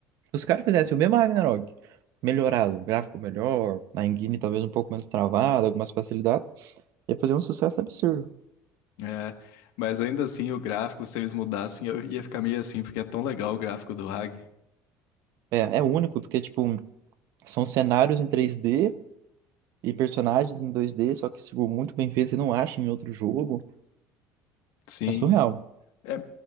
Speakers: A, on the right (about 60°); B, on the left (about 80°).
A: Se os caras fizessem o mesmo Ragnarok, melhorado, gráfico melhor, na engine talvez um pouco menos travado, algumas facilidades, ia fazer um sucesso absurdo.
B: É, mas ainda assim, o gráfico, se eles mudassem, eu ia ficar meio assim, porque é tão legal o gráfico do Hag.
A: É, é único, porque, tipo, São cenários em 3D e personagens em 2D, só que tipo, muito bem feito, você não acha em outro jogo.
B: Sim,
A: É surreal.
B: É,